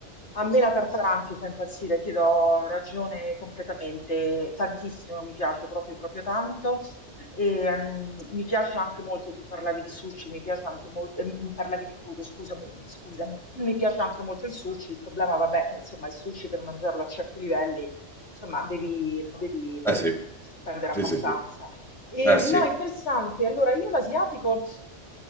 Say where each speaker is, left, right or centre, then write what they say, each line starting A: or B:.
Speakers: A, on the left (about 65°); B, in the centre.
A: A me la Tartaranchi fa impazzire, ti do ragione completamente, tantissimo mi piace, proprio, proprio tanto. E, mm, mi piace anche molto, tu parlavi di sushi, mi piace anche molto, eh, mi- mi parlavi di crudo, scusami, scusami, mi piace anche molto il sushi, il problema, vabbè, che insomma il sushi per mangiarlo a certi livelli, insomma, devi, devi mm,
B: Eh sì,
A: spendere
B: sì,
A: abbastanza.
B: sì, sì.
A: E,
B: Eh sì.
A: no, interessante, allora io l'asiatico...